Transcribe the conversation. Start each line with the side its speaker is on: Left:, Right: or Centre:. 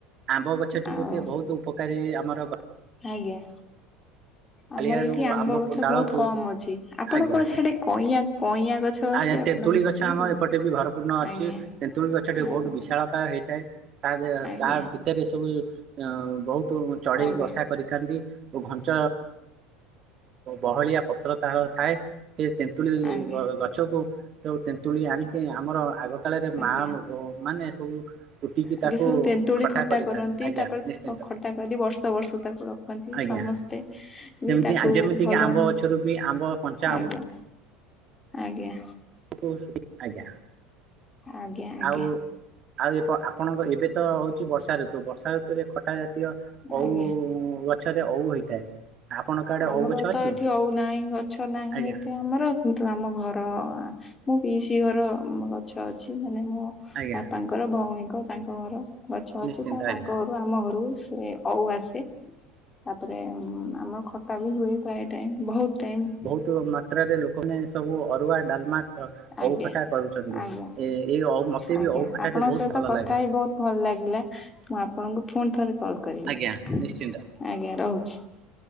Right: ଆମ୍ବ ଗଛଟି
Left: ଆଉ
Right: ଗୋଟେ ବହୁତ ଉପକାରୀ ଆମର ଗ
Left: ଆଜ୍ଞା।
Right: କାଳିଆରୁ
Left: ଆମର ଏଠି ଆମ୍ବ ଗଛ
Right: ଡାଳକୁ
Left: ବହୁତ କମ ଅଛି ଆପଣଙ୍କର
Right: ଆଜ୍ଞା ନିଶ୍ଚୟ
Left: ସେଠି କଇଁଆ। କଇଁଆ ଗଛ। ଅଛି
Right: ଆଜ୍ଞା
Left: ଆପଣ
Right: ତେନ୍ତୁଳି
Left: ଦେଖିଛନ୍ତି?
Right: ଗଛ ଆମର ଏପଟେ ବି ଭରପୂର୍ଣ୍ଣ ଅଛି
Left: ଆଜ୍ଞା
Right: ତେନ୍ତୁଳି ଗଛଟେ
Left: ଆଜ୍ଞା
Right: ବହୁତ ବିଶାଳକାୟ ହେଇଥାଏ। ତା ଦେ
Left: ଆଜ୍ଞା
Right: ତା ଭିତରେ ସବୁ ବହୁତ ଚଢେଇ
Left: ଆଜ୍ଞା
Right: ବସା କରିଥାନ୍ତି। ଓ ଘଞ୍ଚ ବହଳିଆ ପତ୍ର ତାର ଥାଏ। କେ ତେନ୍ତୁଳି
Left: ଆଜ୍ଞା।
Right: ଗ ଗ ଗଛକୁ ଯଉ ତେନ୍ତୁଳି ଆଣିକି ଆମର ଆଗ କାଳରେ
Left: ଆଜ୍ଞା
Right: ମା ମାନେ ସବୁ। କୁଟିକି
Left: ଆଗେ
Right: ତାକୁ
Left: ସବୁ ତେନ୍ତୁଳି ଖଟା
Right: କରିଥାନ୍ତି
Left: କରନ୍ତି
Right: ଆଜ୍ଞା
Left: ତାପରେ
Right: ନିଶ୍ଚିନ୍ତ
Left: ଖଟା କରି ବର୍ଷ ବର୍ଷ ତାକୁ ରଖ ରଖନ୍ତି
Right: ଆଜ୍ଞା
Left: ସମସ୍ତେ
Right: ସେମିତି
Left: ବି ତାକୁ
Right: ଯେମିତିକି
Left: ଭଲ
Right: ଆମ୍ବ ଗଛରୁ ବି ଆମ୍ବ କଞ୍ଚା
Left: ଆଗେ। ଆଜ୍ଞା।
Right: କହୁଛନ୍ତି ଆଜ୍ଞା।
Left: ଆଜ୍ଞା ଆଗେ।
Right: ଆଉ ଆଉ ଏ ଆପଣଙ୍କ ଏବେ ତ ହଉଛି ବର୍ଷା ଋତୁ ବର୍ଷା ଋତୁରେ ଖଟା ଜାତୀୟ ଅଉ
Left: ଆଜ୍ଞା
Right: ଗଛରେ ଅଉ ହୋଇଥାଏ। ଆପଣଙ୍କ ଆଡେ
Left: ଆମର
Right: ଓଉ ଗଛ
Left: ତ
Right: ଅଛି?
Left: ଏଠି ହଉନାହିଁ, ଗଛ ନାହିଁ,
Right: ଆଜ୍ଞା
Left: ଏତେ ଆମର। କିନ୍ତୁ ଆମ ଘର ମୁଁ ପିଇଶି ଘର ଗଛ ଅଛି ମାନେ ମୁଁ
Right: ଆଜ୍ଞା
Left: ବାପାଙ୍କ ଙ୍କର ଭଉଣୀଙ୍କ ତାଙ୍କ ଘର ଗଛ ଅଛି
Right: ନିଶ୍ଚିନ୍ତ
Left: ତ ତାଙ୍କ
Right: ଆଜ୍ଞା
Left: ଆମ ଘରୁ ସେ ଅଉ ଆସେ, ତାପରେ ଆମର ଖଟା ବି ହୁଏ ପ୍ରାଏ ଟାଇମ୍ ବହୁତ ଟାଇମ୍।
Right: ତୋ ମାତ୍ରାରେ ଲୋକମାନେ ସବୁ ଅରୁଆ ଡାଲମା ଖ
Left: ଆଜ୍ଞା।
Right: ଓଉ ଖଟା କରୁଛନ୍ତି
Left: ଆଜ୍ଞା
Right: ଏ ଏ ଅଉ ମତେ
Left: ଆଜ୍ଞା
Right: ବି ଓଉ ଖଟା
Left: ଆପଣଙ୍କ
Right: ବି ବହୁତ
Left: ସହିତ
Right: ଭଲ
Left: କଥା
Right: ଲାଗେ।
Left: ହେଇ ବହୁତ ଭଲ ଲାଗିଲା ମୁଁ ଆପଣଙ୍କୁ ଫୁଣି ଥରେ କଲ୍ କରିବି
Right: ଆଜ୍ଞା ନିଶ୍ଚିନ୍ତ
Left: ଆଜ୍ଞା ରହୁଛି?